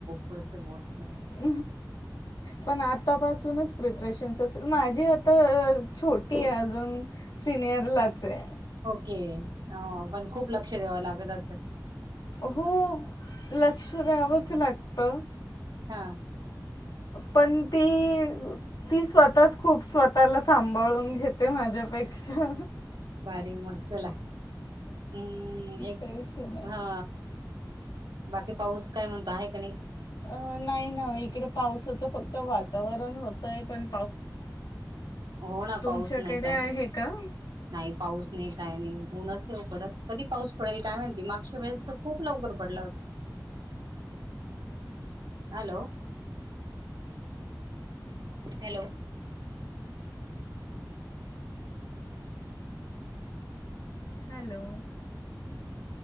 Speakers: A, on the right (about 80°); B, on the left (about 65°).
A: पुढच मोड
B: <inaudible> पण आतापासूनच प्रिप्रेशन असेल माझ तर.. छोटी आहे अजून सिनियरलाच आहे.
A: ओके हो पण खूप लक्ष द्यावं लागत अस स
B: हो लक्ष द्यावंच लागत
A: हा
B: पण ती ती स्वतःच खूप स्वतःला सांभाळून घेते माझ्यापैकी <inaudible>
A: म <inaudible> चला हम् एक
B: तेच ना.
A: हा बाकी पाऊस काय म्हणतो आहे का नाही
B: अ नाही ना इकडे पावसाचं फक्त वातावरण होत होयण
A: हो ना
B: तुमच्याकडे
A: पाऊस नाही काय
B: आहे का?
A: नाही पाऊस नाही काय नाही ऊनच डत कधी पाऊस पडेल काय माणती मागच्या वेळेस तर खूप लवकर पडला होता हॅलो हॅलो
B: हॅलो